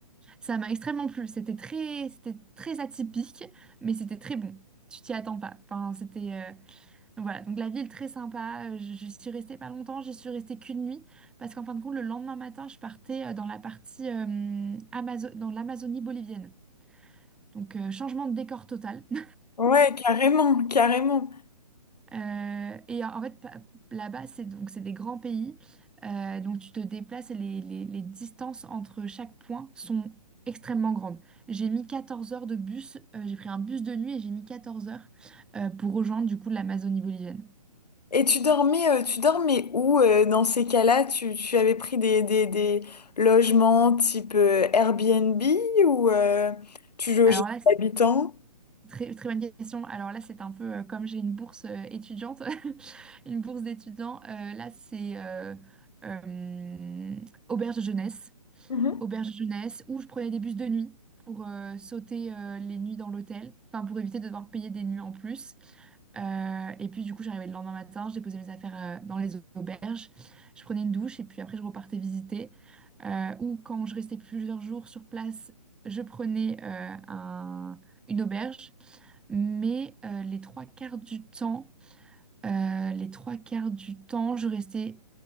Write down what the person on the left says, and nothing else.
Ouais, carrément, carrément.
Et tu dormais, euh, tu dormais où euh, dans ces cas-là? Tu, tu avais pris des, des, des logements type euh, Airbnb ou euh, tu logeais
des habitants?
Mhm.